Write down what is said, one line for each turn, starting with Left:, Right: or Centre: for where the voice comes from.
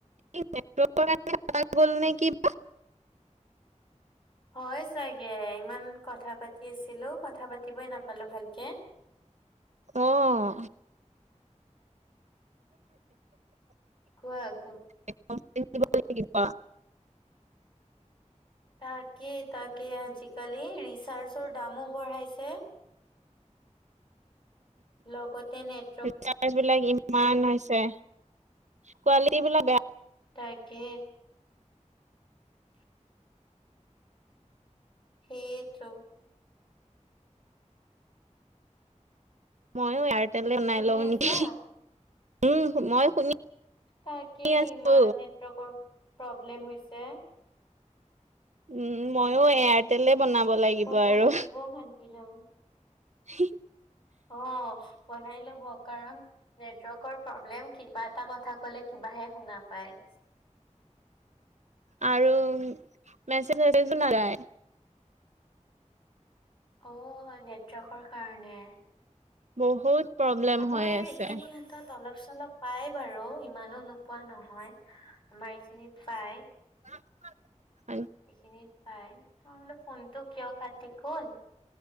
Right: <unintelligible>
Left: হয় চাগে ইমান কথা পাতি আছিলো কথা পাতিবই নাপালো ভালকে।
Right: অ অ অ অ
Left: কোৱা আকৌ
Right: এখন আমাকো দিব লাগিব।
Left: তাকে তাকে আজিকালি ৰিচাৰ্জৰ দামো বঢ়াইছে। লগতে নেট।
Right: ৰিচাৰ্জ বিলাক ইমান হৈছে কোৱালিটী বিলাক বেয়া।
Left: তাইকে <unintelligible> সেইটো
Right: মইয়ো এয়াৰটেলে অনাই
Left: শুনি
Right: লওঁ
Left: আছা
Right: নেকি হাঁচি উম মই শুনি
Left: তাকেই
Right: আছো
Left: ইমান নেটৱৰ্কৰ প্ৰব্লেম হৈছে।
Right: উম উ মইয়ো এয়াৰটেলে বনাব লাগিব
Left: কথা
Right: আৰু
Left: পাতিবও
Right: অ হা
Left: শান্তি নাই
Right: হি হি
Left: অ অ ইস্ বনাই ল'ব কাৰণ নেটৱৰ্কৰ প্ৰব্লেম কিবা এটা কথা কলে কিবাহে শুনা পাই সি
Right: আৰু মেছেজ-ছেচেজও নযায়।
Left: অঅঅ আৰ নেটৱৰ্কৰ কাৰণে।
Right: বহুত। প্ৰব্লেম
Left: আমাৰ
Right: হৈ আছে
Left: এইখিনি হাতত অলপ-চলপ পায় বাৰু ইমানো নোপোৱা নহয়। হা হা আমাৰ এইখিনিত পায়।
Right: কাত কাত পাৰিম।
Left: সেইখিনিত পাই আমি বোলে ফোনটো কিয় কাটি গল।